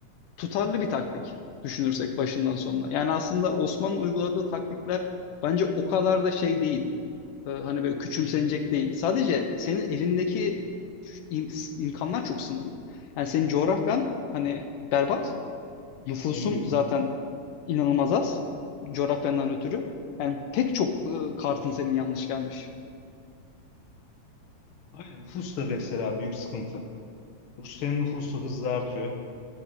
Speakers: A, on the left; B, on the left.
A: tutarlı bir taktik düşünürsek başından sonuna. Yani aslında Osman'ın uyguladığı taktikler bence o kadar da şey değil. Ee, hani böyle küçümsenecek
B: Geri değil.
A: değil. Sadece senin elindeki im- imkanlar çok sınırlı. Yani senin coğrafyan hani berbat. Nüfusun
B: En büyük.
A: zaten inanılmaz az. Coğrafyandan ötürü. Yani pek çok e, kartın senin yanlış gelmiş.
B: Aynen nüfus da mesela büyük sıkıntı. Rusya'nın nüfusu hızla artıyor.